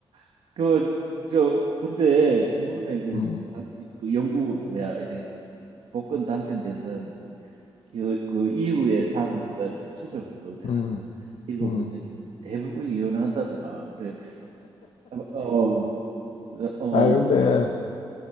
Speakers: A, on the right (about 80°); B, on the left (about 80°).
A: 어그저 근데 신문에 그,
B: 음,
A: 아, 그 영국 뭐야 이렇게 복권 당첨된 사람들 그, 그 이후의 삶 해가지고 최적한 거 내가
B: 음,
A: 한번 읽어본
B: 음.
A: 적이 있는데 대부분 이혼한다더라. 그래. 어, 네, 어,
B: 아 근데
A: 너-